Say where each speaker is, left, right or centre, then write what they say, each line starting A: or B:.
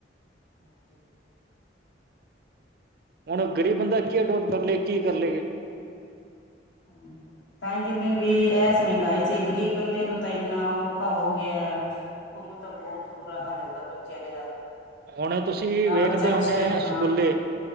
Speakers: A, on the left; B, on the right.
A: <inaudible>
B: ਹੁਣ ਗਰੀਬ ਬੰਦਾ ਕੀ ਅਡੋਪ ਕਰ ਲਏ ਕੀ ਕਰ ਲਏਗਾ।
A: ਹਾਂਜੀ ਤਾਂ ਹੀ ਕਹਿੰਦੇ ਵੀ ਇਸ ਮਹਿੰਗਾਈ ਚ ਗ਼ਰੀਬ ਬੰਦੇ ਨੂੰ। ਤਾਂ ਇੰਨਾ ਔਖਾ ਹੋ ਗਿਆ ਉਹਨੂੰ ਤਾਂ ਬਹੁਤ ਬੁਰਾ ਹਾਲ ਹੋਗਾ ਵਿਚਾਰੇ ਦਾ।
B: ਹੁਣ ਤੁਸੀਂ
A: ਨਾ
B: ਵੇਖਦੇ
A: ਬੱਚਿਆਂ ਨੂੰ
B: ਹੁੰਨੇ
A: ਸਟੈ ਹਾਂ
B: ਸਕੂਲੇ